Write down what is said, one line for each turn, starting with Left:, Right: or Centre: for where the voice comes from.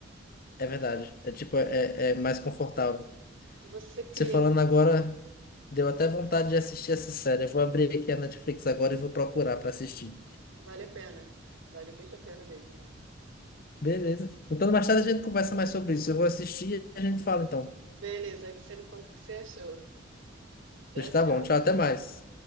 Left: é verdade. É tipo, é, é mais confortável.
Right: Você cria,
Left: Você falando
Right: assim,
Left: agora, deu até vontade de assistir essa série. Eu vou abrir aqui a Netflix agora e vou procurar pra assistir.
Right: vale a pena, vale muito a pena mesmo.
Left: Beleza. Então, mais tarde a gente conversa mais sobre isso. Eu vou assistir e a gente fala então.
Right: Beleza, aí você me conta o que você achou. Tchau,
Left: Pois tá
Right: tchau.
Left: bom. Tchau, até mais.